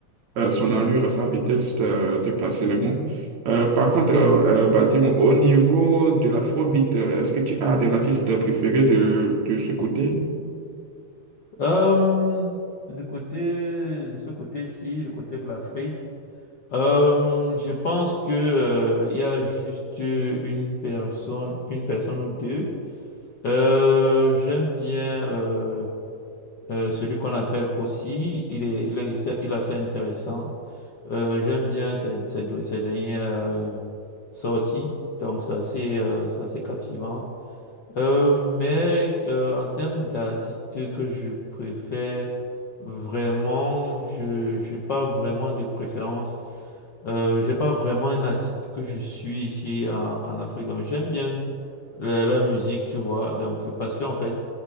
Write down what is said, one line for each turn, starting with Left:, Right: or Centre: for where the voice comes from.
Right: euh, son allure, sa vitesse euh, de placer les mots. Euh, par contre, euh, euh, bah, dis-moi, au niveau de l'afrobeat, euh, est-ce que tu as des artistes préférés de, de ce côté?
Left: Euh, du côté, de ce côté-ci, le côté de l'Afrique, euh, je pense que, euh, il y a juste une personne, une personne ou deux. Euh, j'aime bien, euh, euh, celui qu'on appelle Kossi. Il est, il est, il est assez intéressant. Euh, j'aime bien ses, ses, ses dernières euh, sorties. Donc, c'est assez, euh, c'est assez captivant. Euh, mais euh, en termes d'artistes que je préfère, vraiment, je n'ai pas vraiment de préférence. Euh, j'ai pas vraiment un artiste que je suis ici en, en Afrique, donc j'aime bien la, la musique, tu vois. Donc parce qu'en fait,